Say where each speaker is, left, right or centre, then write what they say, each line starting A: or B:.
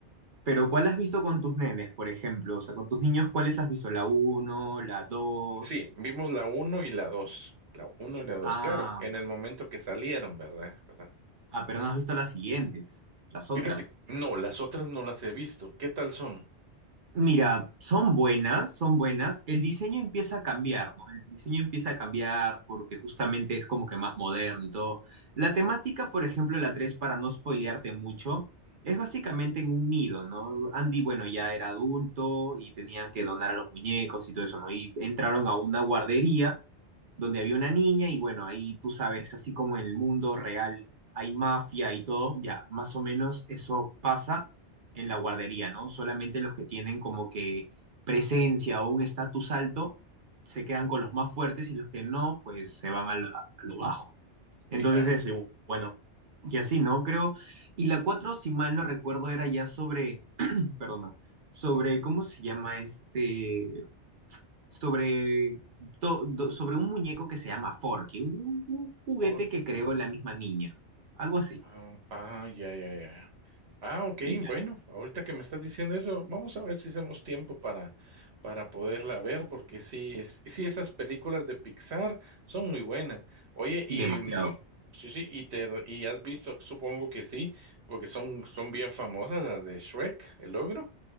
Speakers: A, on the right; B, on the right.
A: Pero ¿cuál has visto con tus nenes, por ejemplo? O sea, con tus niños, ¿cuáles has visto? ¿La uno, la dos.
B: Sí, vimos la uno y la dos, La uno y la dos,
A: Ah,
B: claro, en el momento que salieron, ¿verdad? ¿verdad?
A: ah, pero no has visto las siguientes, las otras.
B: Fíjate, no, las otras no las he visto. ¿Qué tal son?
A: Mira, son buenas, son buenas. El diseño empieza a cambiar, ¿no? El diseño empieza a cambiar porque justamente es como que más moderno y todo. La temática, por ejemplo, la 3, para no spoilearte mucho, es
B: Ujú,
A: básicamente en un nido, ¿no? Andy, bueno, ya era adulto y tenían que donar a los muñecos y todo eso, ¿no? Y entraron a una guardería donde había una niña y bueno, ahí tú sabes, así como en el mundo real hay mafia y todo, ya, más o menos eso pasa
B: ujú.
A: en la guardería, ¿no? Solamente los que tienen como que presencia o un estatus alto se quedan con los más fuertes y los que no, pues se van a lo, a lo bajo, ¿no? Entonces
B: Sí, ah,
A: eso, y bueno, y así, ¿no? Creo, y la 4 si mal no recuerdo, era ya sobre, perdona, sobre,
B: ujú.
A: ¿cómo se llama este? sobre, to- do- sobre un muñeco que se llama Forky, un, un juguete
B: ¿Por
A: que
B: qué?
A: creó la misma niña, algo así,
B: Ah, ah, ya, ya, ya. Ah, ok,
A: y ya,
B: bueno, ahorita que me estás diciendo eso, vamos a ver si hacemos tiempo para, para poderla ver, porque sí, es- sí, esas películas de Pixar son muy buenas. Oye, y
A: demasiado.
B: mm, sí, sí, y te y has visto, supongo que sí, porque son, son bien famosas las de Shrek, el ogro.